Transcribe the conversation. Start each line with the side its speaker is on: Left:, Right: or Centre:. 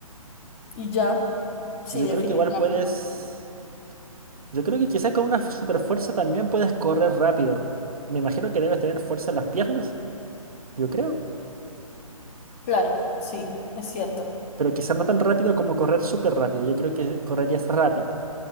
Left: y ya, sí,
Right: yo
Left: definitivamente,
Right: creo que igual puedes. Yo creo que quizás con una super fuerza también puedes correr rápido. Me imagino que debes tener fuerza en las piernas, yo creo.
Left: claro, sí, es cierto.
Right: Pero quizás no tan rápido como correr súper rápido. Yo creo que correrías rápido.